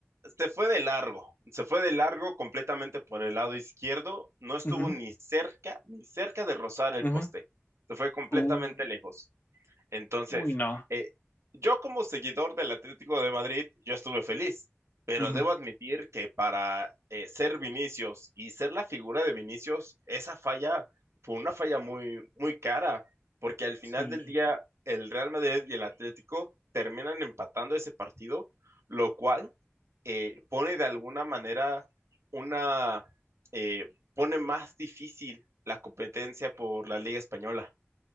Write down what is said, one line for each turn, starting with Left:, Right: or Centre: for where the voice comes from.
Right: Se fue de largo, se fue de largo completamente por el lado izquierdo, no estuvo
Left: Ujú,
Right: ni cerca, ni cerca de rozar el
Left: ujú.
Right: poste, se fue completamente
Left: Uh,
Right: lejos. Entonces,
Left: uy, no.
Right: eh, yo como seguidor del Atlético de Madrid, yo estuve feliz, pero
Left: Ujú,
Right: debo admitir que para eh, ser Vinicius y ser la figura de Vinicius, esa falla fue una falla muy, muy cara, porque al final
Left: sí.
Right: del día el Real Madrid y el Atlético terminan empatando ese partido, lo cual eh, pone de alguna manera una, eh, pone más difícil la competencia por la Liga Española.